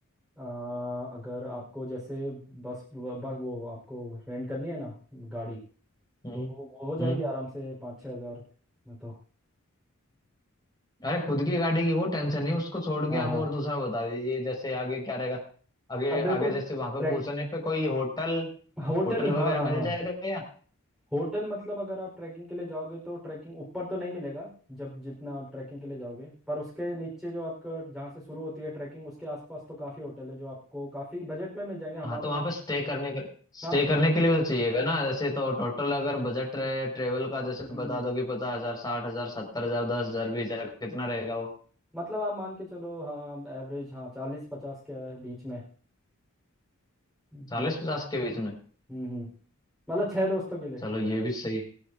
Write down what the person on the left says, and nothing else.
हम्म
हम्म
अरे खुद की गाड़ी की वो टेंशन नहीं उसको छोड़
के आप
और दूसरा बता दीजिए जैसे आगे क्या रहेगा आगे
आगे जैसे वहां पे
पूछने पे कोई होटल
होटल वगैरह
मिल
जाएगा या
हाँ तो वहां
पे स्टे करने के स्टे
करने के लिए भी तो चाहिएगा ना जैसे तो टोटल अगर बजट रहे ट्रेवल का जैसे
बता
दो कि पचास हजार साठ हजार सत्तर हजार दस हजार बीस हजार कितना रहेगा वो
चालीस पचास के बीच में
चलो
ये भी सही है